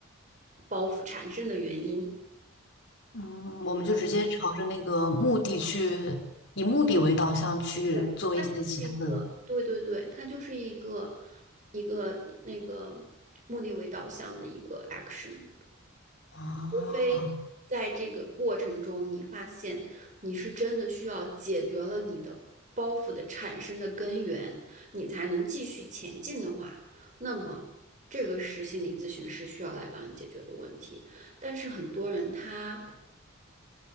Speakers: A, on the right (about 35°); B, on the left (about 55°).
A: 包袱产生的原因，
B: 嗯，我们就直接朝着那个目的去，
A: 我们
B: 以目的为导向去做一些其他的
A: 对，它就是一个，对对对，它就是一个一个那个目的为导向的一个 action。
B: 啊，
A: 除非在这个过程中，你发现你是真的需要解决了你的包袱的产生的根源，你才能继续前进的话，那么这个是心理咨询师需要来帮你解决的问题。但是很多人他